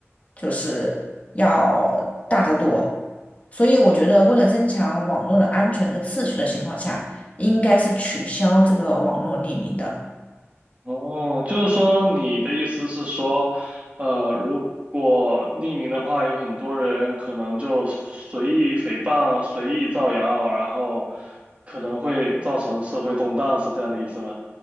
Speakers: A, on the left; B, on the right.
A: 就是要大得多。所以我觉得，为了增强网络的安全跟次序的情况下，应该是取消这个网络匿名的。
B: 哦，就是说你的意思是说，呃，如果匿名的话，有很多人可能就随意诽谤、随意造谣，然后可能会造成社会动荡，是这样的意思吗？